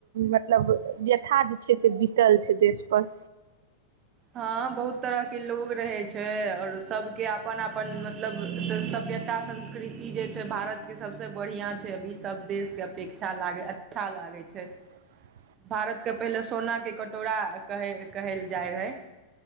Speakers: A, on the right; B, on the right.
A: मतलब व्यथा जे छै, से बीतल छै देश पर।
B: हँ बहुत तरह के लोग रहै छै, और सबके आपन- आपन मतलब। तऽ सभ्यता संस्कृति जे छै, भारतके सब सँ बढ़िआँ छै, अभी सब देशके अपेक्षा लागै अच था लागै छै।
A: ह <inaudible>
B: भारत के पहिले सोना के कटोरा -कहे -कहल जाय रहै।